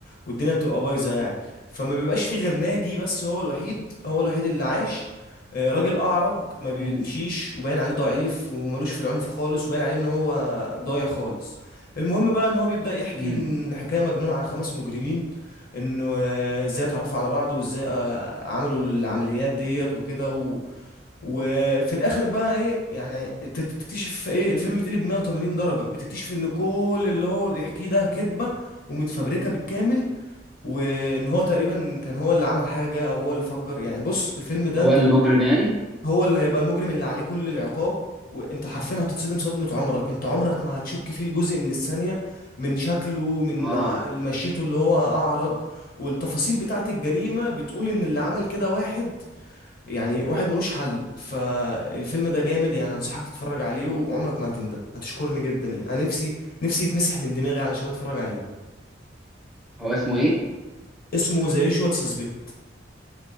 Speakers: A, on the left (about 50°); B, in the centre.
A: والدنيا بتبقى بايظة يعني فما بيبقاش فيه غير ناجي بس هو الوحيد هو الوحيد اللي عاش آه، راجل أعرج ما بيمشيش
B: امم
A: وباين عليه ضعيف وملوش في العنف خالص وباين عليه إن هو ضايع خالص المهم بقى إن هو بيبدأ يحكي
B: امم
A: إن حكاية مجنونة عن خمس مجرمين إنه آه، إزاي اتعرفوا على بعض وإزاي آه، عملوا العمليات ديت وكده و... وفي الاخر بقى ايه يعني انت بتكتشف ايه الفيلم بيتقلب 180 درجة بتكتشف ان كل اللي هو بيحكيه ده كذبة ومتفبركة بالكامل وان هو تقريبا كان هو اللي عمل حاجة او هو اللي فجر يعني بص الفيلم ده
B: هو
A: انت
B: المجرم يعني
A: هو اللي هيبقى المجرم اللي عليه كل العقاب وانت حرفيا هتتصدم صدمة عمرك انت عمرك ما هتشك فيه لجزء من الثانية من شكله من
B: اه
A: ع- مشيته اللي هو اعرج والتفاصيل بتاعت الجريمة بتقول ان اللي عمل كده واحد يعني واحد ملوش حل فالفيلم ده جامد يعني هنصحك تتفرج عليه وعمرك ما هتندم هتشكرني جدا يعني انا نفسي نفسي يتمسح من دماغي علشان اتفرج عليه
B: هو اسمه ايه
A: اسمه ذا يوجوال سسبكت